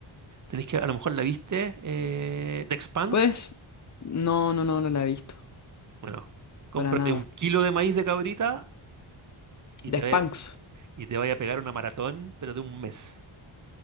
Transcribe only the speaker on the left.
Pues, no, no, no, no la he visto.
Para nada.
The
Spanx.